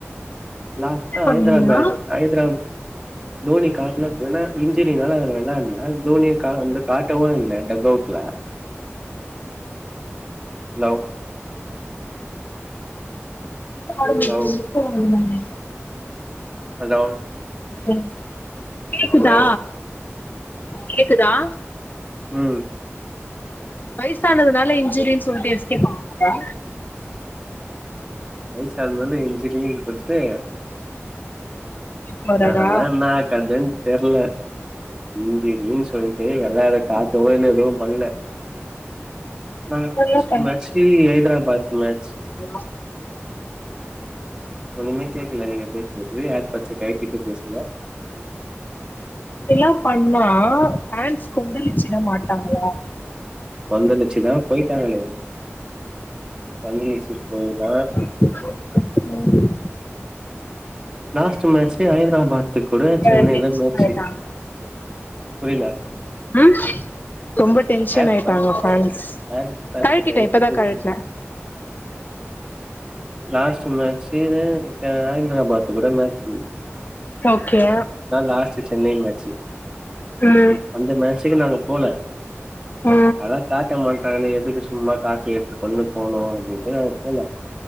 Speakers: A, on the right (about 20°); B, on the left (about 40°).
A: லாஸ்ட்டா
B: பே பண்ணீங்களா
A: ஹதராபேட் ஹதராப் டோனிக் காட்லப் எனா இஞ்சிரினால அவர் வெளாள்ல தோனிய கா அந்து காட்டவு இல்ல டக்கவுட்ல ஹலோ
B: எப்போ ஆரம்மிக்குராங்க
A: ஹலோ
B: எப்போ ஆரம்பிப்பாங்க
A: அதா
B: ஓகேங்க கேக்குதா
A: ஹலோ
B: கேக்குதா
A: ம்
B: வைசானதுனால இன்ஜூரீன் சொல்ட்டு எஸ்கேப் ஆகுறாங்க.
A: வயசானதனால இஞ்சூரின்னு சொல்லிட்டு
B: எஸ்கேப் ஆவாரா
A: அதெலா என கதென் தெர்ல இந்தி ரீல் சொல்லிட்டு எல்லாரை காத்தவே இல்ல எதுவு பண்ணல நான்
B: இதெல்லா
A: லாஸ்ட்
B: பண்ண
A: மேச்சி, ஹைதராபாத் மேட்ச்
B: எல்லா
A: ஒன்னுமே கேக்கல நீங்க பேசுறது ஏர்பட்ஸை கழட்டிட்டு பேசுங்க
B: தெல்லாம் பண்னா ஃபேன்ஸ் கொந்தளிச்சிற மாட்டாங்களா
A: கொந்தலிச்சுதா போயிட்டாங்கலே கொந்தலிச்சு போயிதா
B: ம்
A: லாஸ்ட் மேட்சு ஹைதராபாத்துகுட சென்னைல
B: ஆ டென்ஷன்
A: மேட்ச்சு
B: ஆயிட்டாங்களா
A: புரியில
B: ம் ரொம்ப டென்ஷனா
A: ஏர்
B: ஆகிட்டாங்க
A: பட்ஸ்
B: ஃபான்ஸ்
A: ஏர் பட்ஸ
B: கழட்டிட்டே
A: கழட்டிட்டு
B: இப்பதா கழட்டுனே
A: லாஸ்டு மேட்சு னு த ஹைதிராபாத் அது கூட லாச்
B: ஓகே
A: லாஸ்ட் சென்னை மேட்சு
B: ம்
A: அந்த மேட்சுக்கு நாங்க போல
B: ம்
A: அதா காட்ட மாட்டாங்கன்னு எதுக்கு சும்மா காஸ் வேஸ்ட் பண்ணுட் போணும் அப்டின் நாங்க போல்ல.